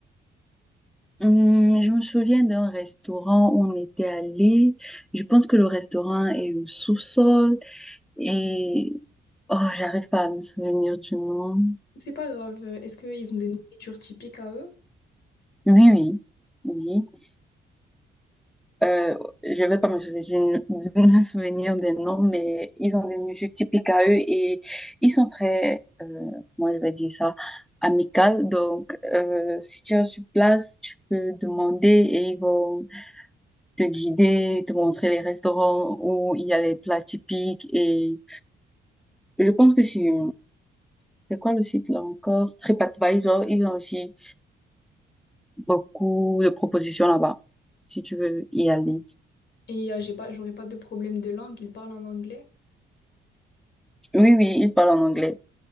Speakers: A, in the centre; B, on the left.
A: Hmm, je me souviens d'un restaurant où on était allé. Je pense que le restaurant est au sous-sol et oh, j'arrive pas à me souvenir du nom.
B: C'est pas grave. Est-ce qu'ils ont des nourritures typiques à eux?
A: Oui, oui, oui. Euh, je vais pas me souvenir, <laughs> je me souvenir des noms, mais ils ont des musiques typiques à eux et ils sont très, euh, comment je vais dire ça, amicales. Donc, euh, si tu es sur place, tu peux demander et ils vont te guider, te montrer les restaurants où il y a les plats typiques. Et je pense que c'est, c'est quoi le site là encore? TripAdvisor, ils ont aussi beaucoup de propositions là-bas, si tu veux y aller.
B: Et euh, j'ai pas, j'aurais pas de problème de langue. Ils parlent en anglais.
A: Oui, oui, ils parlent en anglais.